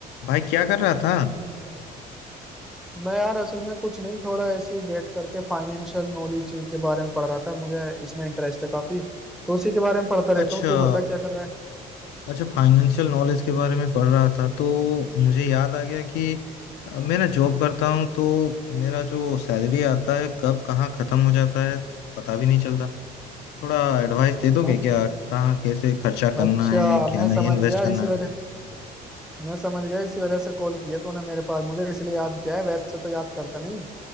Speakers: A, on the left; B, in the centre.
A: भाई क्या कर रहा था
B: मैं यार असल में कुछ नहीं थोड़ा ऐसे ही बैठ करके फाइनेंशियल नॉलेज के बारे में पढ़ रहा था मुझे इसमें इंटरेस्ट है काफी तो उसी के बारे में पढ़ता रहता
A: अच्छा
B: हूँ तू बता क्या कर रहा है
A: अच्छा फाइनेंशियल नॉलेज के बारे में पढ़ रहा था तो मुझे याद आ गया कि अ, मैं ना जॉब करता हूँ तो मेरा जो सैलरी आता है कब कहाँ खत्म हो जाता है पता भी नहीं चलता थोड़ा एडवाइस दे दोगे
B: अ-
A: क्या कहाँ कैसे खर्चा करना
B: अच्छा
A: है क्या
B: मैं
A: नहीं
B: समझ
A: इन्वेस्ट
B: गया
A: करना
B: इसी
A: है
B: वजह मैं समझ गया इसी वजह से कॉल किया तूने मेरे पास मुझे इसलिए याद किया है वैसे तो याद करता नहीं